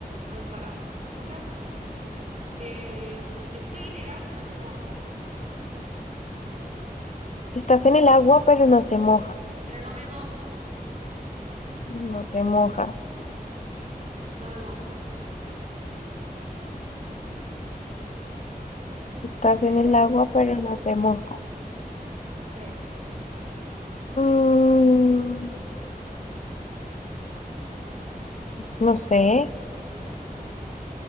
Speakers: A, on the right; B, on the left.
A: Ay, para, ¿cómo era? Eh, estoy en el agua, pero no me mojo.
B: Estás en el agua, pero no se moja.
A: Pero no me mojo.
B: No te mojas.
A: No me mojo.
B: Estás
A: ¿Qué
B: en
A: soy?
B: el agua, pero no te mojas.
A: Sí.
B: Mm, no sé.